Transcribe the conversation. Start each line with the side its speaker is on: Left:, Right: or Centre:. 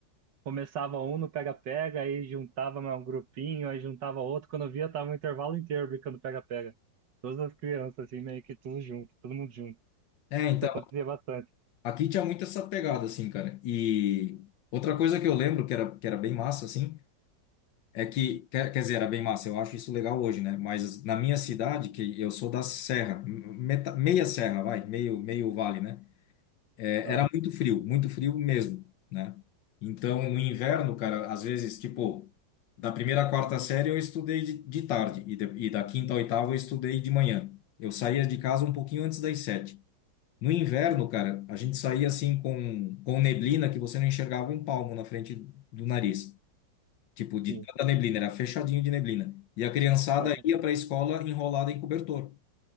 Right: começava um no pega-pega, aí juntava mais um grupinho, aí juntava outro. Quando eu via, tava um intervalo inteiro brincando pega-pega. Todas as crianças, assim, meio que tudo junto, todo mundo junto.
Left: É, então
Right: Isso acontecia bastante.
Left: Aqui tinha muito essa pegada, assim, cara. E outra coisa que eu lembro que era, que era bem massa, assim, é que, quer, quer dizer, era bem massa, eu acho isso legal hoje, né? Mas na minha cidade, que eu sou da serra, meta- meia serra, vai, meio, meio vale, né? É,
Right: Ah,
Left: era muito frio, muito frio mesmo, né? Então, no inverno, cara, às vezes, tipo, da primeira à quarta série eu estudei de, de tarde e, de- e da quinta à oitava eu estudei de manhã. Eu saía de casa um pouquinho antes das sete. No inverno, cara, a gente saía assim com, com neblina que você não enxergava um palmo na frente do nariz. Tipo, de
Right: sim.
Left: tanta neblina, era fechadinho de neblina. E a criançada
Right: <laughs>
Left: ia para a escola enrolada em cobertor,